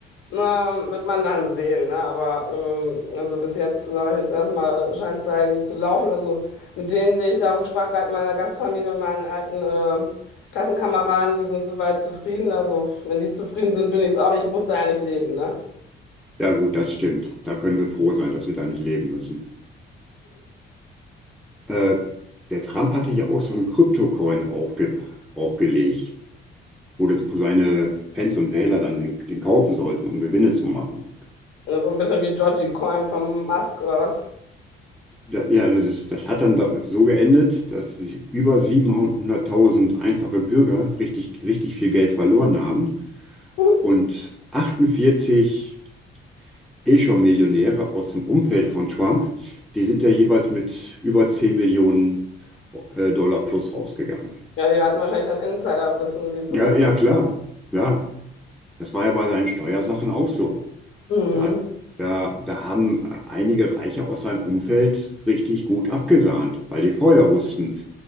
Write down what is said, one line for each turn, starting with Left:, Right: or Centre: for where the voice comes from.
Left: Na, wird man dann sehen, ne? Aber ähm, also bis jetzt, sage ich jetzt erstmal, scheint es da irgendwie zu laufen. Also mit denen, die ich da gesprochen habe, meiner Gastfamilie und meinen alten äh, Klassenkameraden, die sind soweit zufrieden. Also wenn die zufrieden sind, bin ich es auch. Ich muss da ja nicht leben, ne?
Centre: Ja gut, das stimmt. Da können wir froh sein, dass wir da nicht leben müssen. Äh, der Trump hatte ja auch so einen Kryptocoin aufge aufgelegt, wo, das, wo seine Fans und Wähler dann den, den kaufen sollten, um Gewinne zu machen.
Left: Und so ein bisschen wie Georgie Coin vom Musk oder was.
Centre: Da, ja, das, das hat dann da so geendet, dass sie- über 700.000 einfache Bürger richtig, richtig viel Geld verloren haben
Left: <laughs>
Centre: und 48 eh schon Millionäre aus dem Umfeld von Trump, die sind ja jeweils mit über 10 Millionen äh, Dollar plus rausgegangen.
Left: Ja, die hatten wahrscheinlich dann Insiderwissen, wie es
Centre: Ja,
Left: so oft
Centre: ja,
Left: ist.
Centre: klar, klar. Das war ja bei seinen Steuersachen auch so.
Left: Mhm.
Centre: Da, hat- da, da haben äh, einige Reiche aus seinem Umfeld richtig gut abgesahnt, weil die vorher wussten,